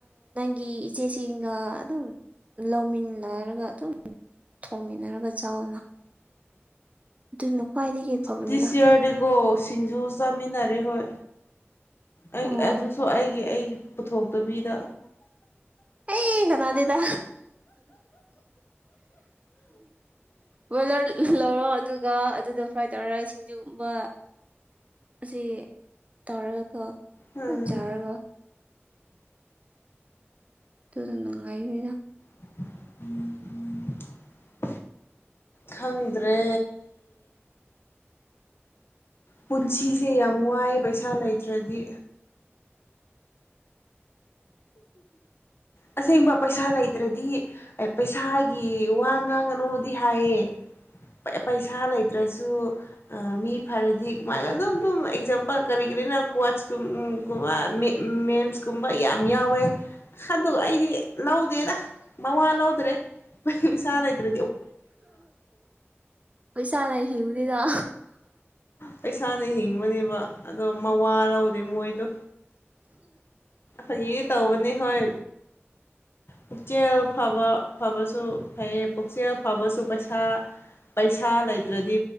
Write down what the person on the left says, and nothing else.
ꯗꯤꯁ ꯏꯌꯔꯗꯤꯀꯣ ꯁꯤꯡꯖꯨ ꯆꯥꯃꯤꯟꯅꯔꯦ ꯍꯣꯏ ꯑꯩꯒꯤ
ꯑꯗꯨꯁꯨꯣ ꯑꯩꯒꯤ ꯑꯩꯒꯤ ꯄꯨꯊꯣꯛꯇꯕꯤꯗ
ꯎꯝ
<unintelligible> ꯈꯪꯗ꯭ꯔꯦ ꯄꯨꯟꯁꯤꯁꯦ ꯌꯥꯝ ꯋꯥꯏꯑꯦ ꯄꯩꯁꯥ ꯂꯩꯇ꯭ꯔꯗꯤ ꯑꯁꯦꯡꯕ ꯄꯩꯁꯥ ꯂꯩꯇ꯭ꯔꯗꯤ ꯄꯩꯁꯥꯒꯤ ꯋꯥ ꯉꯥꯡꯒꯅꯨꯗꯤ ꯍꯥꯏꯌꯦ ꯄꯩꯁꯥ ꯂꯩꯇ꯭ꯔꯁꯨ ꯃꯤ ꯐꯔꯗꯤ ꯀꯃꯥꯏꯅ ꯑꯗꯨꯝ ꯑꯗꯨꯝ ꯑꯦꯛꯖꯥꯝꯄꯜ ꯀꯔꯤ ꯀꯔꯤꯅ ꯀꯣꯆ <unintelligible> ꯨꯀꯨꯝꯕ ꯌꯥꯝ ꯌꯥꯎꯋꯦ ꯑꯗꯣ ꯑꯩꯗꯤ ꯂꯧꯗꯦꯗ ꯃꯥꯋꯥ ꯂꯧꯗ꯭ꯔꯦ ꯁꯥ ꯂꯩꯥꯏꯗ꯭ꯔ
ꯄꯩꯁꯥꯅ ꯍꯤꯡꯕꯅꯦꯕ ꯑꯗꯣ ꯃꯋꯥꯔꯎꯗꯦ ꯃꯣꯏꯗꯣ ꯑꯩꯒꯤ ꯇꯧꯕꯅꯤ ꯍꯣꯏ ꯄꯨꯛꯆꯦꯜ ꯐꯕ ꯐꯕꯁꯨ ꯐꯩꯌꯦ ꯄꯨꯛꯆꯦꯜ ꯐꯕꯁꯨ ꯄꯩꯁꯥ ꯄꯩꯁꯥ ꯂꯩꯇ꯭ꯔꯗꯤ